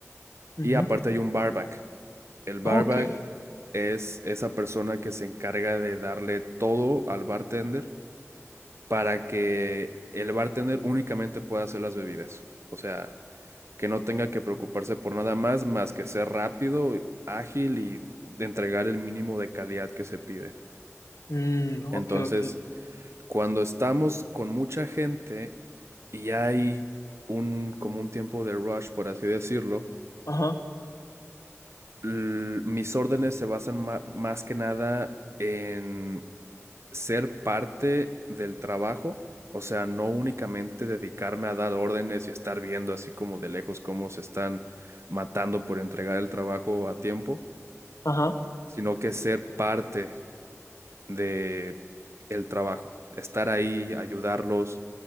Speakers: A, on the left (about 85°); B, on the right (about 60°).
A: Ujú.
B: y aparte hay un barback. El barback
A: Ok.
B: es esa persona que se encarga de darle todo al bartender para que el bartender únicamente pueda hacer las bebidas. O sea, que no tenga que preocuparse por nada más, más que ser rápido, ágil y de entregar el mínimo de calidad que se pide.
A: Mm, ok,
B: Entonces,
A: ok.
B: cuando estamos con mucha gente y hay un como un tiempo de rush, por así decirlo,
A: Ajá,
B: l- mis órdenes se basan ma- más que nada en ser parte del trabajo, o sea, no únicamente dedicarme a dar órdenes y estar viendo así como de lejos cómo se están matando por entregar el trabajo a tiempo,
A: ajá.
B: sino que ser parte de el trabajo, estar ahí, ayudarlos,